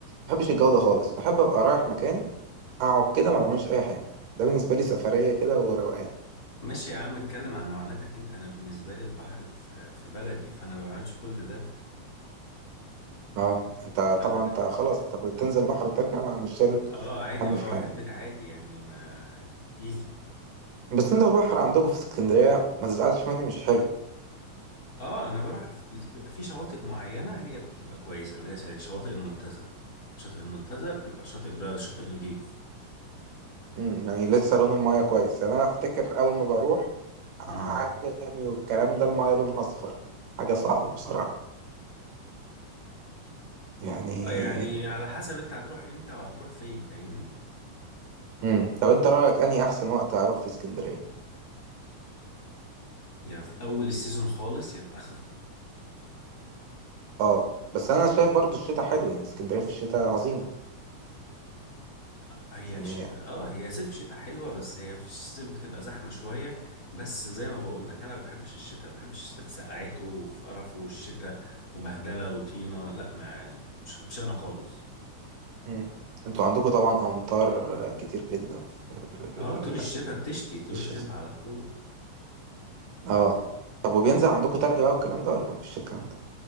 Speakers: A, on the right (about 85°); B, on the left (about 35°).
A: بحبش الجو ده خالص بحب ابقى رايح مكان اقعد كده ما بعملش اي حاجة ده بالنسبة لي
B: م-
A: سفرية كده وروقان
B: ماشي يا عم اتكلم عن معاناتك انت انا بالنسبه لي البحر في في بلدي فانا ما بعملش كل ده
A: اه انت
B: انا
A: طبعا
B: ب...
A: انت خلاص انت بتنزل بحر ترجع ما مش شايل
B: اه عادي
A: هم
B: بروح
A: في حاجة
B: البيت عادي يعني ما ايزي
A: بس انت البحر عندكم في اسكندرية ما تزعلش مني مش حلو
B: اه انا بروح في... بيبقى في شواطئ معينه هي بتبقى كويسه اللي هي زي شواطئ المنتزه شاطئ المنتزه بيبقى الشاطئ ده شاطئ نضيف
A: امم يعني لسه لون المايه كويس يعني انا افتكر اول ما بروح عجمي
B: امم
A: والكلام ده المايه لونها اصفر حاجه صعبه بصراحه يعني
B: اه يعني على حسب انت هتروح امتى وهتروح فين فاهمني
A: امم طب انت رايك اني احسن وقت اروح في اسكندريه
B: هي في اول السيزون خالص يا في اخره
A: اه بس انا شايف برضو الشتاء حلو يعني اسكندريه في الشتاء عظيمه
B: هي
A: يعني
B: شتاء اه هي صيف شتاء حلوه بس هي في الصيف بتبقى زحمه شويه بس زي ما بقول لك انا ما بحبش الشتاء ما بحبش الشتاء في سقعته وفي قرفه والشتاء وبهدله وطينه لا ما مش مش انا خالص
A: امم انتوا عندكم طبعا امطار كتير جدا في
B: اه
A: ال-
B: طول الشتاء بتشتي طول
A: في الشتاء
B: الشتاء على طول
A: اه طب وبينزل عندكم تلج بقى والكلام ده ولا مفيش الكلام ده